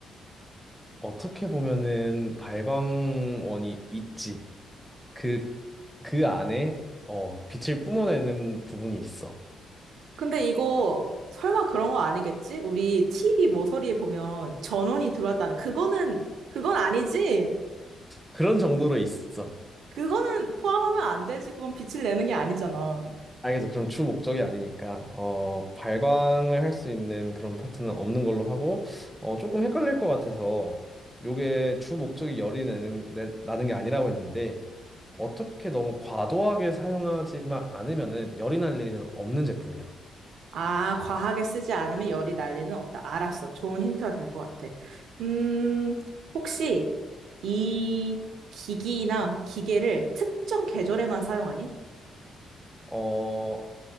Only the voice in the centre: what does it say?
어떻게 보면은 발광원이 있지. 그, 그 안에 어, 빛을 뿜어내는 부분이 있어.
그런 정도로 있어.
알겠어. 그럼 주 목적이 아니니까 어 발광을 할 수 있는 그런 파트는 없는 걸로 하고 어 조금 헷갈릴 것 같아서 요게 주 목적이 열이 내는, 내- 나는 게 아니라고 했는데 어떻게 너무 과도하게 사용하지만 않으면은 열이 날 일은 없는 제품이야.
어